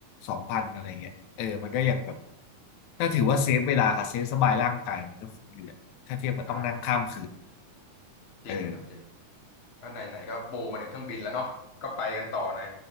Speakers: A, on the left; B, on the left.
A: สองพันอะไรเงี้ยเออมันก็ยังแบบถ้าถือว่าเซฟเวลากับเซฟสบายร่างกายมันก็คุ้มอยู่แหละถ้าเทียบกับต้องนั่งข้ามคืน
B: อ่าจริงครับจริง
A: เออ
B: ก็ไหนไหนก็ปูมาถึงเครื่องบินแล้วเนาะก็ไปกันต่อหน่อย